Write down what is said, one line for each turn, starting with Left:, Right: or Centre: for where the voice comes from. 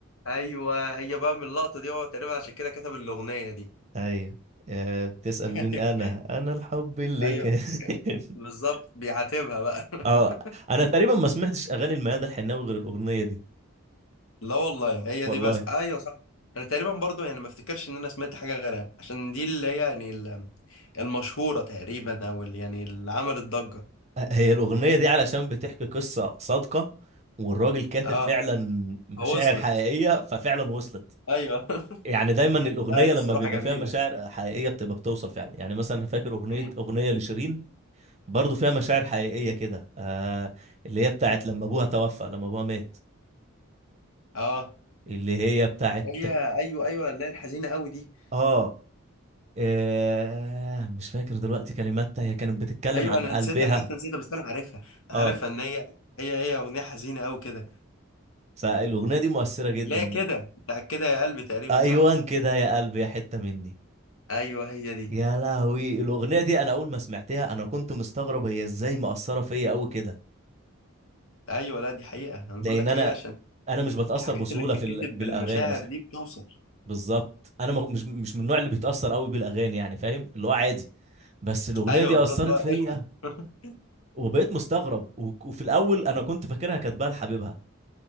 Left: ايوه هي بقى من اللقطة دي هو تقريبا عشان كده كتب الأغنية دي
Right: ايوه آه، بتسأل
Left: <laughs>
Right: مين انا انا الحب اللي
Left: ايوه
Right: كان <laughs>
Left: بالظبط بيعاتبها بقى <laughs>
Right: اه انا تقريبا ما سمعتش اغاني الميادة الحناوي غير الأغنية دي
Left: لا والله هي
Right: والله
Left: دي بس ايوه صح انا تقريبا برضو يعني ما افتكرش ان انا سمعت حاجه غيرها عشان دي اللي هي يعني ال- المشهوره تقريبا او اللي يعني اللي عملت ضجه
Right: هي الأغنية دي علشان بتحكي قصة صادقة والراجل كاتب
Left: اه
Right: فعلا مشاعر
Left: وصلت
Right: حقيقية ففعلا وصلت
Left: ايوه <laughs>
Right: يعني دايما الأغنية
Left: لا هي الصراحه
Right: لما بيبقى
Left: جميله
Right: فيها مشاعر حقيقية بتبقى بتوصل فعلا يعني مثلا فاكر أغنية
Left: امم
Right: أغنية لشيرين برضو فيها مشاعر حقيقية كده آه اللي هي بتاعت لما أبوها توفى لما أبوها مات
Left: اه
Right: اللي هي بتاعت
Left: اللي هي ايوه ايوه اللي هي الحزينه قوي دي
Right: آه, آه مش فاكر دلوقتي كلماتها هي كانت بتتكلم
Left: ايوه
Right: عن
Left: انا
Right: قلبها
Left: نسيتها انا حاسس إني نسيتها بس انا عارفها أنا
Right: آه
Left: عارفها ان هي هي هي اغنيه حزينه قوي كده
Right: فالأغنية دي مؤثرة جدا
Left: لا كده بتاع كده يا قلبي تقريبا
Right: أيوان
Left: صح
Right: كده يا قلبي يا حتة مني
Left: ايوه هي دي
Right: يا لهوي الاغنيه دي انا اول ما سمعتها انا كنت مستغرب هي ازاي مأثره فيا قوي كده
Left: ايوه لا دي حقيقه انا
Right: لان
Left: بقول لك
Right: انا
Left: هي عشان
Right: انا مش بتأثر
Left: الحاجات
Right: بسهوله
Left: اللي بتتكتب
Right: في ال... بالاغاني
Left: بالمشاعر
Right: اصلا
Left: دي بتوصل
Right: بالظبط انا ما... مش مش من النوع اللي بيتأثر قوي بالاغاني يعني فاهم اللي هو عادي بس الاغنيه
Left: ايوه
Right: دي
Left: بالظبط
Right: أثرت
Left: لا
Right: فيا
Left: قشطه <laughs>
Right: وبقيت مستغرب و... وفي الاول انا كنت فاكرها كاتباها لحبيبها